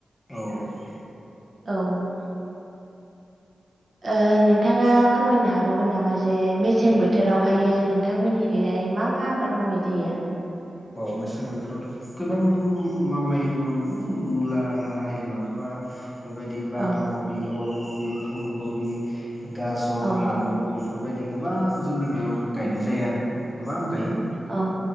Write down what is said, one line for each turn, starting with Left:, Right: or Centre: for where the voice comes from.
Left: औ औ
Right: औ ओ नोंथाङा फोरमायनो हाबावगोन नामा जे मेसें बोथोरावहायो नों नोंथां मोननिखैहाय मा मा आबाद मावनाय जायो।
Left: अ मेसें बोथोरावथ' गोबां मावनायखौ नुनो मोनो जे मुला लाइ लाफ बा बेबायदि बान्दा
Right: औ
Left: कबि अल कबि फुलकबि गाजर
Right: औ
Left: आलु बेफोरबायदि गोबां जोंनि बेयाव गायनाय जायो आरो गोबां गायो।
Right: औ